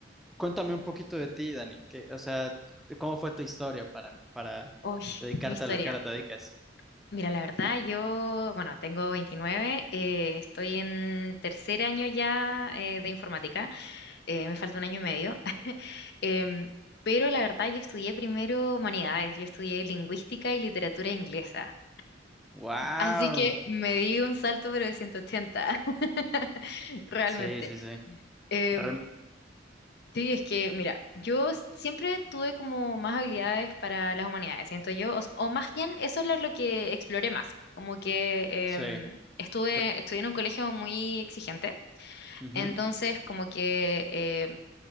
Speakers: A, in the centre; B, on the left.
A: Cuéntame un poquito de ti, Dani, que, o sea, de ¿cómo fue tu historia para, para
B: uy,
A: dedicarte
B: mi historia.
A: a lo que ahora te dedicas?
B: Mira, la verdad, yo, bueno, tengo 29, eh, estoy en tercer año ya eh, de informática, eh, me falta un año y medio, <laughs> Em, pero la verdad yo estudié primero humanidades, yo estudié lingüística y literatura inglesa,
A: Wow.
B: así que me di un salto pero de 180, <laughs> realmente.
A: Sí, sí, sí.
B: Em,
A: Real-
B: Sí, es que, mira, yo siempre tuve como más habilidades para las humanidades, siento yo, o, s- o más bien eso es lo que exploré más, como que em,
A: sí.
B: estuve,
A: Que-
B: estudié en un colegio muy exigente,
A: ujú.
B: entonces como que eh,